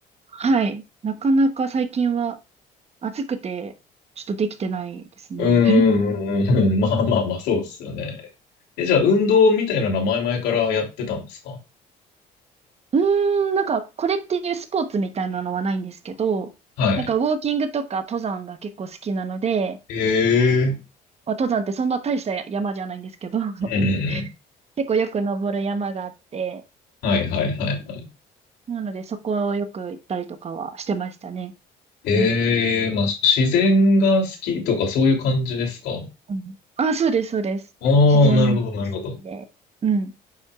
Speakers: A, on the right; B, on the left.
A: はい。なかなか最近は暑くて、ちょっとできてないですね。
B: うんうんうんうん。<laughs> まあまあまあ、そうですよね。え、じゃあ、運動みたいなのは前々からやってたんですか
A: うーん、なんか、これっていうスポーツみたいなのはないんですけど、
B: はい。
A: なんか、ウォーキングとか登山が結構好きなので、
B: ええ。
A: まあ、登山ってそんな大した山じゃないんですけど、<laughs>
B: うんうんうん
A: 結構よく登る山があって、
B: はいはいはいはい。
A: なので、そこをよく行ったりとかはしてましたね。
B: ええ、
A: うん。
B: まあ、自然が好きとかそういう感じですかあ
A: うん。あ、そうです、そうです。
B: あ、
A: 自然も好きで。
B: なるほど、なるほど。
A: うん。